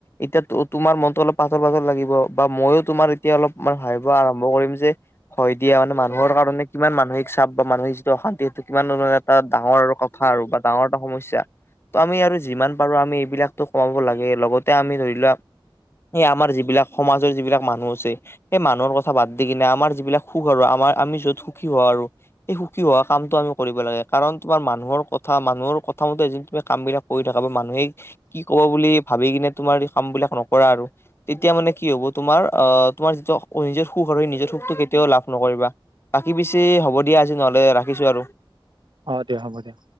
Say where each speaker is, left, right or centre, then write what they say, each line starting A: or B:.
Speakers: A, on the left; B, on the right.
A: এতিয়া ত তোমাৰ মনটো অলপমান ত ভাগৰ লাগিব বা মইও তোমাৰ এতিয়া অলপ তোমাৰ ভাবিব আৰম্ভ কৰিম যে হয় দিয়া মানে মানুহৰ কাৰণে কিমান মানুসিক চাপ বা মানুসিক যিটো অশান্তি সেইটো কিমান ধ এটা ডাঙৰ আৰু কথা আৰু বা ডাঙৰ এটা সমস্যা। ত' আমি আৰু যিমান পাৰো আমি এইবিলাকতো খুৱাব লাগে, লগতে আমি ধৰি লোৱা এই আমাৰ যিবিলাক সমাজৰ যিবিলাক মানুহ আছে সেই মানুহৰ কথা বাদ দি কিনে আমাৰ যিবিলাক সুখ আৰু আমাৰ আমি যত সুখী হও আৰু এই সুখী হোৱা কামটো আমি কৰিব লাগে কাৰণ তোমাৰ মানুহৰ কথা মানুহৰ - কথা মতে তুমি কামবিলাক কৰি থকা বা মানুহে কি ক'ব বুলি ভাবি কিনে তোমাৰ এই কামবিলাক নকৰা আৰু। তেতিয়া মানে কি হব তোমাৰ আহ তোমাৰ যিটো নিজৰ সুখ আৰু সেই নিজৰ সুখটো কেতিয়াও লাভ নকৰিবা। বাকি পিছে হ'ব দিয়া আজি নহ'লে ৰাখিছো আৰু।
B: অ, দিয়া হ'ব দিয়া।